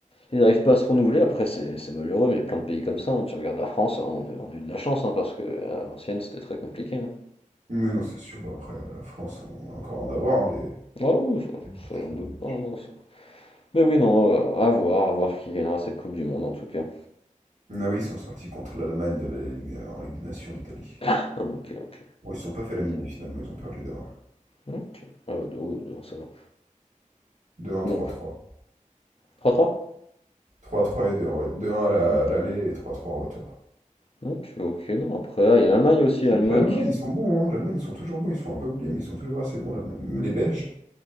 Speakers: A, on the left; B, on the right.
A: Ils n'arrivent pas à se renouveler, après c'est c'est malheureux, mais il y a plein de pays comme ça. hein. Tu regardes la France, hein, on a, on a eu de la chance, hein, parce que à l'ancienne c'était très compliqué. hein.
B: Mais non, c'est sûr, bah après, euh, la France, on va encore en avoir hein, des...
A: Ah oui, ça,
B: des morts
A: ça, j'en
B: qui ont-
A: doute pas, non, ça. Mais oui, non, euh, à voir, à voir qui gagnera cette Coupe du Monde en tout cas.
B: Ah oui, ils sont sortis contre l'Allemagne la Ligue- euh, en Ligue des Nations, l'Italie.
A: Ah, ok, ok.
B: Bon, ils se sont pas fait laminer finalement, ils ont perdu deux, 1
A: Ok, ah, deux, deux, ça va.
B: 2-1,
A: Bon,
B: trois, trois,
A: trois trois
B: trois 3 et deux 1 ouais. 2-1 à la-
A: Ok.
B: à l'aller et trois trois au retour.
A: Ok, ok, non, après, ah, il y a l'Allemagne aussi,
B: C'est
A: l'Allemagne
B: vrai que l'Allemagne,
A: qui...
B: ils sont bons, hein. L'Allemagne, ils sont toujours bons, ils se font un peu oublier, mais ils sont toujours assez bons, l'Allemagne. Même les Belges,